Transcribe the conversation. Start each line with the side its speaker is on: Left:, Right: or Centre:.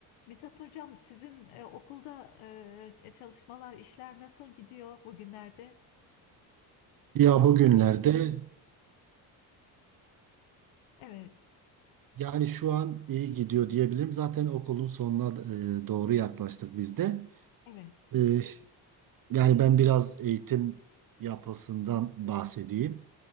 Left: Mithat Hocam, sizin e, okulda e, e, çalışmalar, işler nasıl gidiyor bugünlerde?
Right: Ya
Left: Umarım.
Right: bugünlerde
Left: Evet,
Right: yani şu an iyi gidiyor diyebilirim. Zaten okulun sonuna e, doğru yaklaştık biz
Left: evet,
Right: de.
Left: evet,
Right: E, yani ben biraz eğitim yapısından bahsedeyim.